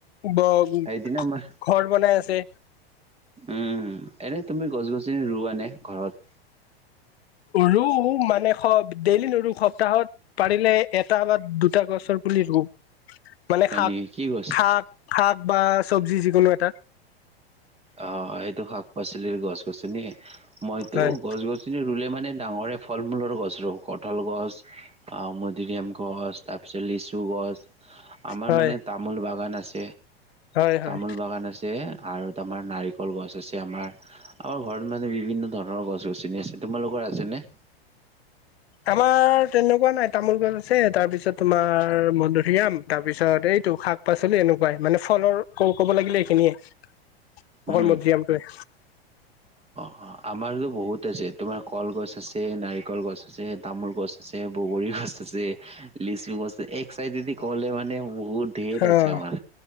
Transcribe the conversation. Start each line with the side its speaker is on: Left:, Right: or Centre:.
Left: ব-ঘৰ
Right: সেইদিনা মই
Left: বনাই আছে।
Right: উম, এনে তুমি গছ গছনি ৰুৱানে ঘৰত?
Left: ৰু মানে সপ ডেইলি নোৰু সপ্তাহত পাৰিলে এটা বা দুটা গছৰ পুলি ৰুওঁ। মানে
Right: হয়
Left: শাক-শাক
Right: নেকি কি গছ?
Left: শাক বা চবজি যিকোনো এটা।
Right: অ', সেইটো শাক পাচলিৰ গছ গছনি হে। মইতো
Left: হয়
Right: গছ গছনি ৰুলে মানে মানে ডাঙৰে ফল মূলৰ গছ ৰু। কঠাল গছ আহ মধুৰিআম গছ তাৰ পিছত লিচু গছ আমাৰ
Left: হয়
Right: মানে তামোল বাগান আছে।
Left: হয় হয়
Right: তামোল বাগান আছে আৰু আমাৰ নাৰিকল গছ আছে আমাৰ। আমাৰ ঘৰত মানে বিভিন্ন ধৰণৰ গছ গছনি আছে। তোমালোকৰ আছেনে?
Left: আমাৰ তেনেকুৱা নাই। তামোল গছ আছে তাৰ পিছত তোমাৰ মধুৰিআম তাৰ পিছত এইটো শাক পাচলি এনেকুৱাই মানে ফলৰ ক-ক'ব লাগিলে এইখিনিয়ে। অকল
Right: উম।
Left: মধুৰিআমটোয়ে।
Right: অ', আমাৰতো বহুত আছে তোমাৰ কলগছ আছে নাৰিকল গছ আছে তামোল গছ আছে বগৰী গছ আছে লিচু গছ এক চাইডে দি ক'বলে মানে বহুত ধেৰ
Left: অ',
Right: আছে আমাৰ।